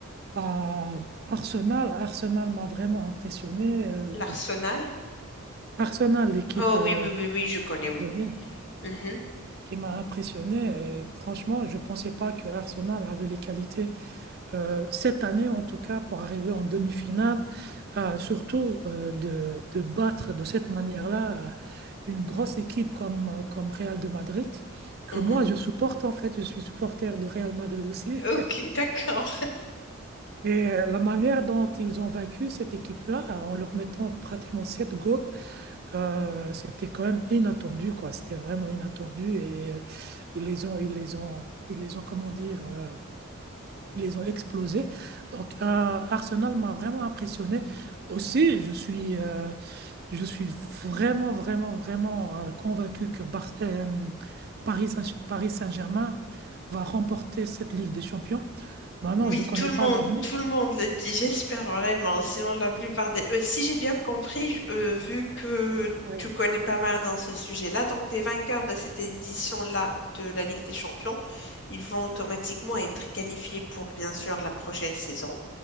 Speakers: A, on the right; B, on the left.
A: Euh, Arsenal. Arsenal m'a vraiment impressionné. Euh,
B: L'Arsenal?
A: Arsenal, l'équipe
B: Oh
A: euh,
B: oui, oui, oui, oui, je connais, oui.
A: londonienne.
B: Mhm,
A: qui m'a impressionné. Et franchement, je ne pensais pas que Arsenal avait les qualités euh, cette année, en tout cas, pour arriver en demi-finale Euh, surtout euh, de, de battre de cette manière-là euh, une grosse équipe comme, euh, comme Real de Madrid, que
B: mhm.
A: moi je supporte en fait, je suis supporter de Real Madrid aussi.
B: Ok,
A: <laughs>
B: <laughs> d'accord.
A: Et euh, la manière dont ils ont vaincu cette équipe-là, euh, en leur mettant pratiquement sept goals, euh, c'était quand même inattendu, quoi. C'était vraiment inattendu et euh, ils les ont, ils les ont, ils les ont, comment dire, euh, ils les ont explosés. Donc, euh, Arsenal m'a vraiment impressionné. Aussi, je suis, euh, je suis vraiment, vraiment, vraiment euh, convaincu que Bar- euh, Paris Saint- Paris Saint-Germain va remporter cette Ligue des Champions. Maintenant,
B: Oui,
A: je ne connais
B: tout le
A: pas
B: monde,
A: l'avenir.
B: tout le monde le dit, j'espère vraiment. Sinon, la plupart des... Euh, si j'ai bien compris, je- euh, vu que
A: Oui,
B: tu connais pas mal dans ce sujet-là, donc les vainqueurs de cette édition-là de la Ligue des Champions, ils vont automatiquement être qualifiés pour, bien sûr, la prochaine saison